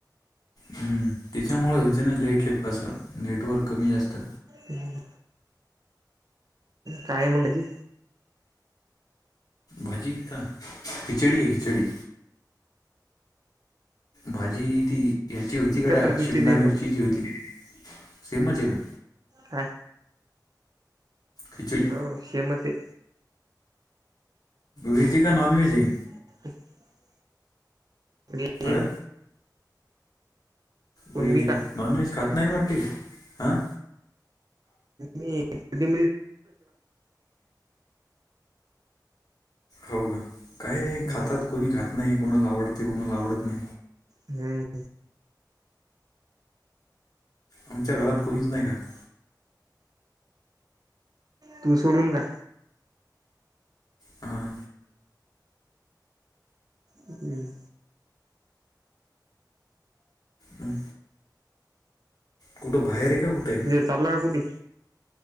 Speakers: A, on the left; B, on the right.
A: हम्म त्याच्यामुळेच हते नाही ल खेपं नेटवर्क कमी जास्त
B: हम् काय म्हड की
A: भाजी का खिचडीि आहे खिचडी भाजी ती घ्यायची होती
B: इथं
A: कड्या
B: पण कितीच
A: शिमला
B: आहे
A: मिरचीची
B: मग
A: होती सेमच आहे का
B: हा
A: खिचडी
B: हो श्रीमती.
A: वेज का नॉन वेज आहे.
B: <unintelligible> ज
A: अ
B: <unintelligible> पण
A: व्हेज
B: मी काय
A: का नॉन व्हेज खात नाही ना वाट हा.
B: मी कधी
A: हो का काही नाही
B: हम्म,
A: खातात कोणी खात नाही कोणाला आवडते कोणाला आवडत नाही
B: हम्म
A: आमच्या घरात कोणीच नाही खात
B: तू सोडून का
A: हां
B: हम्म
A: हम्म कुठं बाहेर आहे का कुठे आहे
B: चालला का कुठे